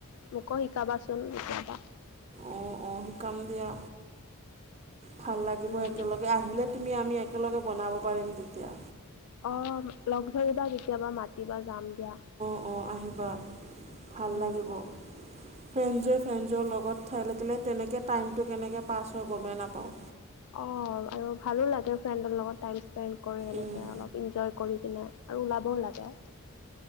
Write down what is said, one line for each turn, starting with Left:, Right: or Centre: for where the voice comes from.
Left: মোকো শিকাবাচোন কেতিয়াবা।
Right: অ, অ, শিকাম দিয়া। ভাল লাগিব,
Left: উম
Right: একেলগে আহিলে তুমি আমি একেলগে বনাব পাৰিম তেতিয়া।
Left: অ, লগ-ভাগ এটা, কেতিয়াবা মাতিবা যাম দিয়া।
Right: অ, আহিবা ভাল
Left: উম
Right: লাগিব। ফ্ৰেণ্ডজে-ফ্ৰেণ্ডজৰ লগত ঠাই থাকিলে, তেনেকৈ টাইমটো কেনেকৈ পাছ হৈ গমেই নাপাওঁ।
Left: অঁ আৰু ভালো লাগে, ফ্ৰেণ্ডৰ লগত টাইম স্পেড কৰি, এনেকে
Right: উম,
Left: অলপ এনজয় কৰি কিনে। আৰু ওলাবও লাগে।